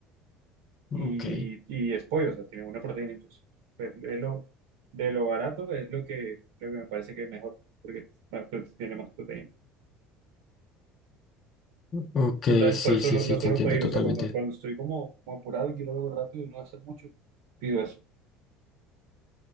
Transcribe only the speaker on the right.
Y, y es pollo, o sea, tiene una proteína, entonces, pues, es lo, de lo barato es lo que, lo que me parece que es mejor, porque bueno, pues, tiene más proteína.
Entonces,
por eso
lo,
lo suelo
pedir.
O sea, cuando, cuando estoy como, como apurado y quiero algo rápido y no hacer mucho, pido eso.